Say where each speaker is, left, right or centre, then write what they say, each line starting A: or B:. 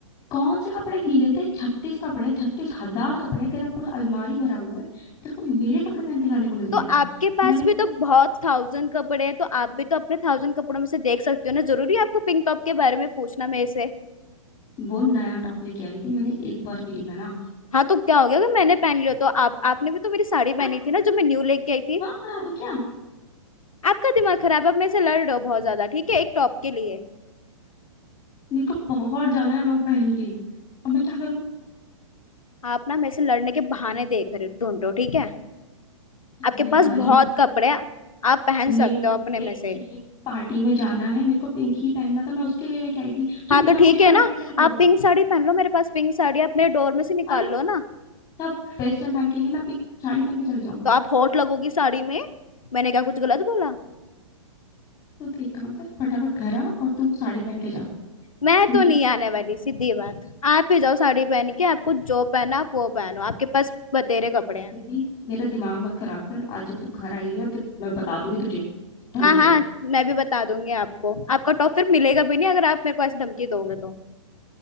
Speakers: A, on the left; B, on the left.
A: कौन से कपड़े गीले थे छत्तीस कपड़े हैं छत्तीस हजार कपड़े हैं तेरा पूरा अलमारी भरा हुआ है तेरे को मेरे कपड़े पहन के जाने को मिलते
B: तो
A: हैं
B: आपके पास
A: मैंने
B: भी तो बहुत थाउजेंड कपड़े हैं तो आप भी तो अपने थाउजेंड कपड़ों में से देख सकते हो ना जरूरी है आपको पिंक टॉप के बारे में पूछना मेरे से
A: वो नया टॉप लेके आई थी मैंने एक बार भी नहीं पहना
B: हाँ तो क्या हो गया अगर मैंने पहन लिया तो आप आपने भी तो मेरी साड़ी पहनी
A: अरे
B: थी ना जो मैं न्यू लेके आई थी
A: दिमाग खराब है क्या
B: आपका दिमाग खराब है आप मेरे से लड़ रहे हो बहुत ज्यादा ठीक है एक टॉप के लिए
A: मेरे को बहुत जाना है वो पहन के अब मैं क्या करूं
B: आप ना मेरे से लड़ने के बहाने देख रहे ढूंढो ठीक है आपके
A: अरे
B: पास
A: भाई
B: बहुत कपड़े हैं आप पहन
A: मेरे
B: सकते हो अपने में
A: एक
B: से
A: थी पार्टी में जाना है मेरे को पिंक ही पहनना था मैं उसके लिए लेके आई थी तू
B: हाँ तो
A: बिना
B: ठीक
A: पूछे पहन
B: है ना
A: के चली गई
B: आप पिंक साड़ी पहन लो मेरे पास पिंक साड़ी है, आप मेरे डोर में से निकाल
A: अरे
B: लो ना
A: सब वेस्टर्न पहन के गए मैं पिंक साड़ी पहन के चले जाऊं
B: तो आप होट लगोगी साड़ी में मैंने क्या कुछ गलत बोला
A: तो तू एक काम कर फटाफट घर आ और तू साड़ी पहन के जा
B: मैं
A: समझी
B: तो नहीं आने वाली सीधी बात आप ही जाओ साड़ी पहन के आपको जो पहना आप वो पहनो आपके पास बतेरे कपड़े हैं
A: सिद्धि मेरा दिमाग मत खराब कर आज जब तू घर आई ना तो मैं बता दूंगी तुझे ढंग
B: हाँ हाँ
A: से
B: मैं भी बता दूंगी आपको आपका टॉप फिर मिलेगा भी नहीं अगर आप मेरे को ऐसी धमकी दोगे तो